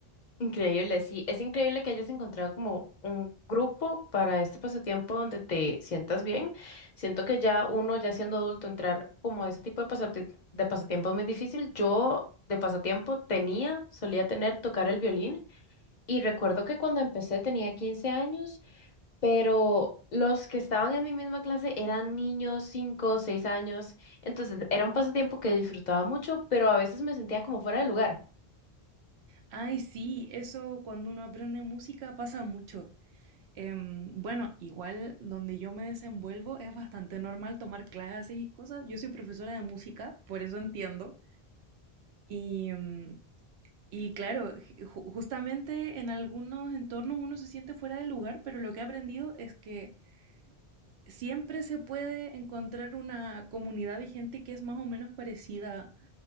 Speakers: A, on the left; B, on the right.
A: Increíble, sí, es increíble que hayas encontrado como un grupo para este pasatiempo donde te sientas bien. Siento que ya uno, ya siendo adulto, entrar como a ese tipo de pasati- de pasatiempo es muy difícil. Yo de pasatiempo tenía, solía tener tocar el violín y recuerdo que cuando empecé tenía 15 años, pero los que estaban en mi misma clase eran niños, 5 6 años, entonces era un pasatiempo que disfrutaba mucho, pero a veces me sentía como fuera de lugar.
B: Ay, sí, eso cuando uno aprende música pasa mucho. Em, bueno, igual donde yo me desenvuelvo es bastante normal tomar clases y cosas. Yo soy profesora de música, por eso entiendo. Y, em, y claro, ju- justamente en algunos entornos uno se siente fuera de lugar, pero lo que he aprendido es que siempre se puede encontrar una comunidad de gente que es más o menos parecida